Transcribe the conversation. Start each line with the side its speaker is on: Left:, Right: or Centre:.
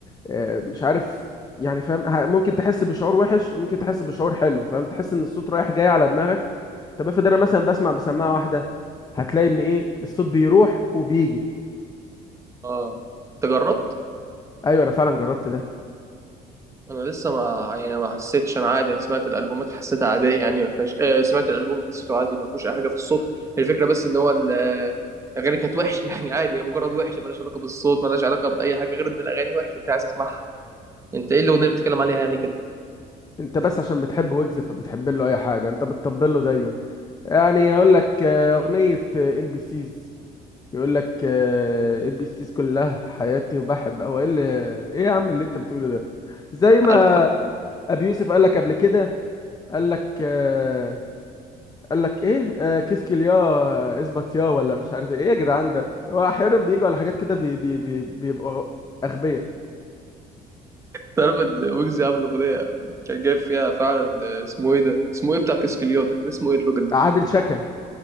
Left: آه، مش عارف يعني فاهم ه- ممكن تحس بشعور وحش وممكن تحس بشعور حلو فاهم تحس ان الصوت رايح جاي على دماغك طب افرض انا مثلا بسمع بسماعه واحده هتلاقي ان ايه الصوت بيروح وبيجي
Right: اه انت جربت
Left: ايوه انا فعلا جربت ده
Right: انا لسه ما يعني ما حسيتش انا عادي سمعت الالبومات حسيتها عاديه يعني ما فيهاش آه سمعت الالبوم حسيته عادي ما فيهوش اي حاجه في الصوت الفكره بس ان هو ال- آه، الاغاني كانت وحشه <laughs> يعني عادي هي مجرد وحشه مالهاش علاقه بالصوت مالهاش علاقه باي حاجه غير ان الاغاني وحشه مش عايز اسمعها انت ايه الاغنيه اللي بتتكلم عليها يعني كده
Left: انت بس عشان بتحب ويجز فبتحب له اي حاجه انت بتطبل له دايما يعني يقول لك آه، اغنيه ام بي سيز يقول لك ام بي سيز كلها حياتي وبحب او ايه اللي ايه يا عم اللي انت بتقوله ده زي ما
Right: عارف
Left: ابي يوسف قال لك قبل كده قال لك آه، قال لك ايه آه، كيس كليا آه، اثبت يا ولا مش عارف ايه ايه يا جدعان ده هو احيانا بيجوا على حاجات كده بي بي بي بيبقوا اغبياء
Right: تعرف ان ويجز عامل اغنيه كان جايب فيها فعلا آه، اسمه ايه ده اسمه ايه بتاع كسكليودا كان اسمه ايه الراجل ده
Left: عادل شكل